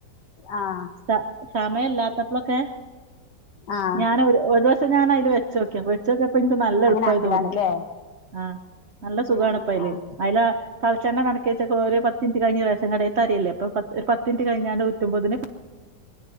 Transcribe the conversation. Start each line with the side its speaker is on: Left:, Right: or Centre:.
Left: ആഹ്
Right: താ സമയല്ലാത്തപ്പളൊക്കെ
Left: ആഹ്
Right: ഞാൻ ഒരു ദിവസം ഞാൻ അതില് വെച്ച് നോക്കി വെച്ചോക്കിയപ്പോ നിക്ക് നല്ല
Left: അങ്ങനെ
Right: എളുപ്പായി
Left: ആക്കലാണല്ലേ
Right: തോന്നി ആഹ് നല്ല സുഖാണ്
Left: ആഹ്
Right: ഇപ്പ അയ്ല്
Left: ആഹ്
Right: അയ്ല് തളച്ചെണ്ണെ നടക്ക വച്ച ഒരു പത്തിച് കഴിഞ് റേഷം കടേ രിയല്ലേ ഇപ്പ പത്ത് ഒരു പത്തിൻറ്റ് കഴിഞ്ഞാണ്ട് ഉറ്റുമ്പോത്തിന്